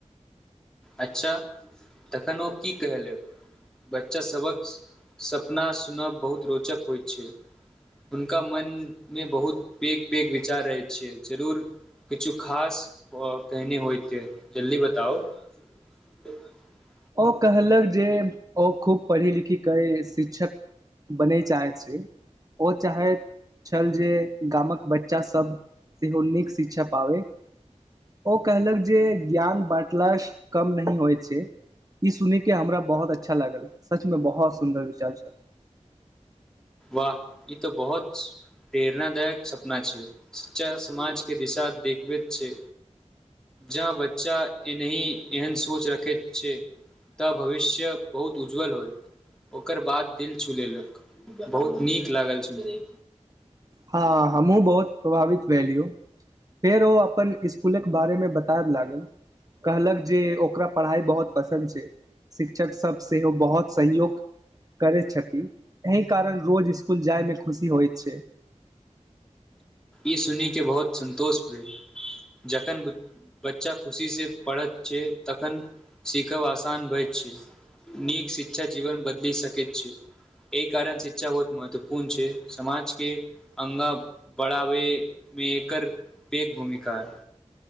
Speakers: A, in the centre; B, on the right (about 30°).
A: अच्छा तखन ओ की कहलक बच्चा सभक सपना सुनब बहुत रोचक होइत छै हुनका मनमे बहुत पैघ पैघ विचार रहैत छै जरूर किछु खास कहने होइत जल्दी बताउ। त <inaudible>
B: ओ कहलक जे ओ खूब पढ़ि-लिखिकेँ शिक्षक बनय चाहैत छै ओ चाहैत छल जे गामक बच्चासभ सेहो नीक शिक्षा पाबैय ओ कहलक जे ज्ञान बाँटलासँ कम नहि होइत छै ई सुनिकेँ हमरा बहुत अच्छा लागल सचमे बहुत सुन्दर विचार छै
A: वाह ई तऽ बहुत प्रेरणादायक सपना छै शिक्षा समाजकेँ दिशा देखबैत छै जे बच्चा एनाही एहन सोच रखैत छै तऽ भविष्य बहुत उज्ज्वल होयत ओकर बात दिल छू लेलक। बहुत नीक लागल सुनि।
B: हँ हमहूँ बहुत प्रभावित भेलि यौ फेर ओ अपन इसकुलक बारेमे बताबैय लागल कहलक जे ओकरा पढ़ाइ बहुत पसन्द छै शिक्षकसभ सेहो बहुत सहयोग करैत छथि एहि कारण रोज इसकुल जायमे खुशी होइत छै।
A: ई सुनिकेँ बहुत सन्तोष भेल जखन बच्चा खुशीसँ पढ़ैत छै तखन सीखब आसान भए छै नीक शिक्षा जीवन बदलि सकैत छै एहि कारण शिक्षा बहुत महत्वपूर्ण छै समाजकेँ आगां बढ़ाबैमे एकर पैघ भूमिका छै।